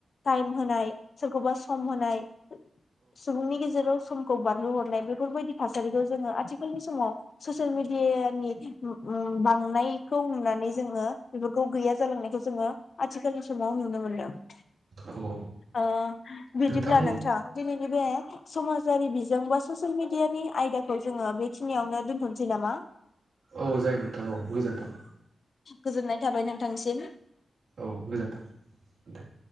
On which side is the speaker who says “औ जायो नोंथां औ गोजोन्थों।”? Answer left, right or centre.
Right